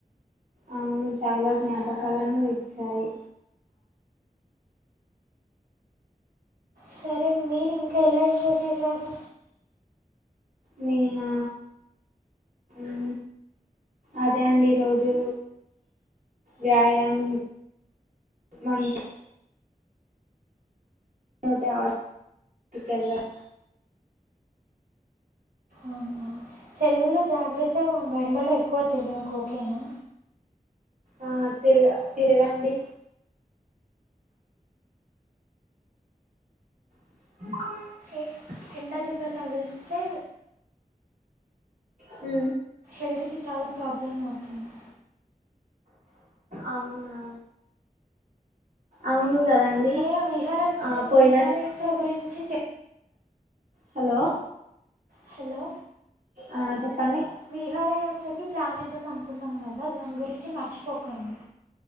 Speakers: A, on the right; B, on the right.
A: అవును చాలా జ్ఞాపకాలను ఇచ్చాయి
B: సరే మీరు ఇంకా ఎలా ఎంజాయ్ చేశారు
A: నేనా ఉ అదే అండి ఈ రోజు వ్యాయామ్ మంచ్ తోటి ఆడు కెళ్ళాం
B: అవునా సెలవులో జాగ్రత్తగా ఉండండి ఎండలో ఎక్కువ తిరగకు ఓకేనా
A: ఆ తిరుగా తిరుగా అండి ము
B: ఎ- ఎండ దెబ్బ తగిలితే
A: హు
B: హెల్త్ కి చాలా ప్రాబ్లం అవుతుంది
A: అవునా అవును కదండి
B: సరే ఆ విహార
A: ఆ పోయినస్
B: విహారయాత్ర గురించి చెప్
A: హలో
B: హలో
A: ఆ చెప్పండి
B: విహార యాత్రకి ప్లాన్ ఏద్దాం అనుకున్నాం గదా ఆ దాని గురించి మర్చిపోకండి